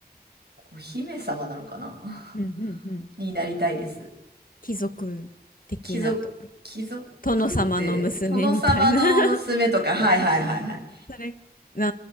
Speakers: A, on the right (about 85°); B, on the left (about 60°).
A: お姫様なのかな
B: うんうんうん。
A: <laughs> になりたいです。
B: 貴族的なと、
A: 貴族、貴族って、
B: 殿様の娘みたいな
A: 殿様の娘とか、
B: <laughs>
A: はいはいはいはい。
B: それ、う